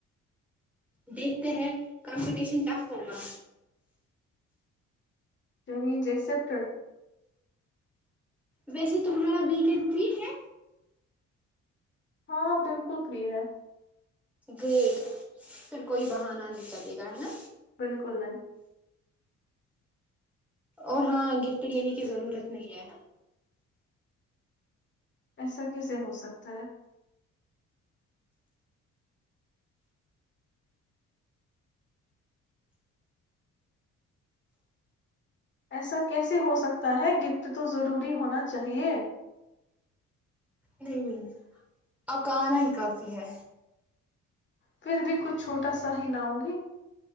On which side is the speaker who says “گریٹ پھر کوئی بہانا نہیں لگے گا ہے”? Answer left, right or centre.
Centre